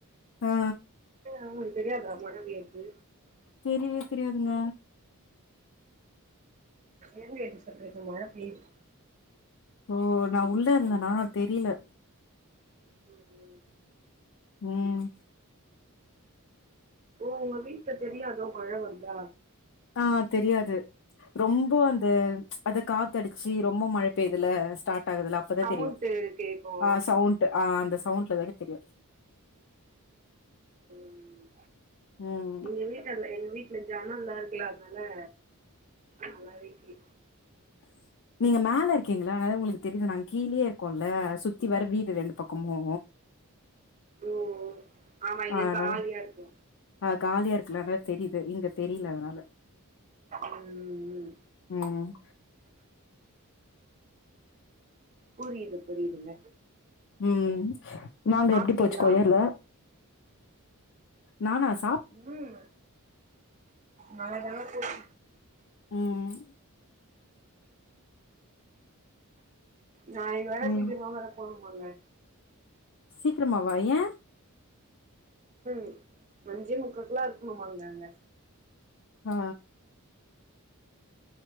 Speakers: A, on the left; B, on the right.
A: ஆ
B: உங்களுக்கு தெரியாதா மழ பெய்ரது
A: தெரிவே தெரியாதுங்க
B: எங்க இப்டி சொல்றிங்க மழ பெய்து
A: ஓ நா உள்ள இருந்தேனா தெரில
B: ம் ம்
A: ம்
B: ஓ உங்க வீட்ல தெரியாதோ மழ வந்தா
A: ஆ தெரியாது ரொம்ப அந்த அத காத்தடிச்சு ரொம்ப மழ பெய்துல்ல ஸ்டார்ட் ஆகுதுல அப்பதா
B: சவுண்ட்
A: தெரியு
B: கேக்கு
A: ஆ சவுண்ட் ஆ அந்த சவுண்ட்ல தா தெரியு
B: ம்
A: ம்
B: எங்க வீட்ல்ல எங்க வீட்ல ஜன்னல்லா இருக்குல்ல அதனால நல்லாவே கேக்கு
A: ஆஹ நீங்க மேல இருக்கீங்கல அதனால உங்களுக்கு தெரிது நாங்க கீழேயே இருக்கோம்ல சுத்தி வேற வீடு ரெண்டு பக்கமு
B: ஓ ஆமா இங்க
A: அதனால
B: காலியா இருக்கு
A: ஆ காலியா இருக்குல்ல அதனால தெரிது இங்க தெரில அதனால
B: ம் ம்
A: ம்
B: புரியுது புரியுதுங்க
A: ம் நாங்க
B: சாப்ட்டீங்களா
A: எப்டி போச்சு கொயர்ல நானா ஸ்
B: ம் நல்லா தாங்க போது
A: ம் ம்
B: நாளைக்கு வேற
A: ம்
B: சீக்கரமா வேற போணு போலங்க
A: சீக்கிரமவா ஏ
B: <inaudible> அஞ்சே முக்கால்கலா இருக்கணுமாங்க அங்க
A: ஆ